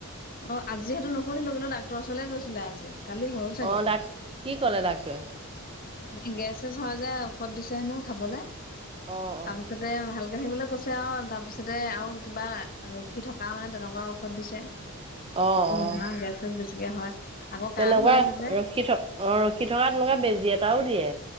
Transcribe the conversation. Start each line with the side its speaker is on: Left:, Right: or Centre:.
Left: অ' আজি হেইটো নুসুধিলো, কিন্তু ডাক্তৰ ওচৰলৈ গৈছিল আজি। কালি হ'ল চাগে।
Right: অ', ডাক কি ক'লে ডাক্তৰে?
Left: বাকী গেছ চেছ হয় যে ঔষধ দিছে হেনো খাবলৈ।
Right: অ',
Left: তাৰপিছতে
Right: অ',
Left: ভালকে থাকিবলৈ কৈছে আৰু তাৰপিছতে আৰু কিবা ৰখি থকা মানে তেনেকুৱা ঔষধ দিছে,
Right: অ',
Left: একো নোহোৱা
Right: অ',
Left: গেছ চেচ বেছিকে হয়। আকৌ
Right: তেনেকুৱা
Left: কাহ হৈ আছে যে
Right: ৰখি থকা অ' ৰখি থকা তেনেকুৱা বেজি এটাও দিয়ে।